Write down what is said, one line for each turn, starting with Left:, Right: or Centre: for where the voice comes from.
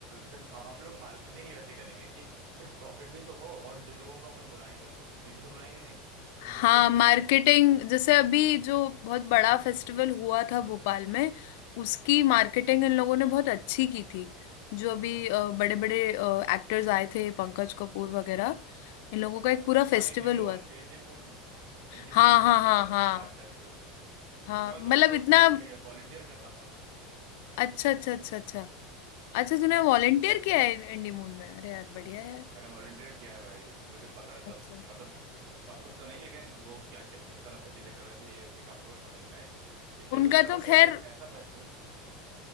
Right: फिर हम लोग मार्केटिंग ही वैसे करेंगे कि कुछ प्रॉफिट भी तो हो और जिन लोगों को अपन बुलाएंगे उनको फ्री में तो बुलाएंगे नहीं उनको
Left: हाँ
Right: पे करेंगे
Left: मार्केटिंग जैसे अभी जो बहुत बड़ा फेस्टिवल हुआ था भोपाल में उसकी मार्केटिंग इन लोगों ने बहुत अच्छी की थी जो अभी बड़े बड़े एक्टर्स आए थे पंकज कपूर वगैरह इन लोगों का एक पूरा
Right: हाँ
Left: फेस्टिवल
Right: इंडीमून
Left: हुआ था
Right: इंडीमून इंडीमून
Left: हाँ
Right: फेस्टिवल
Left: हाँ हाँ हाँ
Right: आर्ट फेस्टिवल
Left: हाँ
Right: मैं
Left: मतलब
Right: तो मैं तो
Left: इतना
Right: उसमें वॉलंटियर कर रहा था
Left: अच्छा अच्छा अच्छा अच्छा अच्छा तूने वॉलेंटियर
Right: हाँ
Left: किया है इंडी मून में अरे यार बढ़िया यार
Right: मैंने वॉलंटियर किया है भाई मुझे पता है सब
Left: अच्छा
Right: मतलब सब कुछ तो नहीं लेकिन वो क्या किस किस तरह से चीजें कर रहे थे ये एक अप्रोच समझ में आई इसलिए
Left: उनका
Right: तो कह रहा
Left: तो
Right: हूँ कि हम
Left: खैर
Right: एक ऐसा फेस्टिवल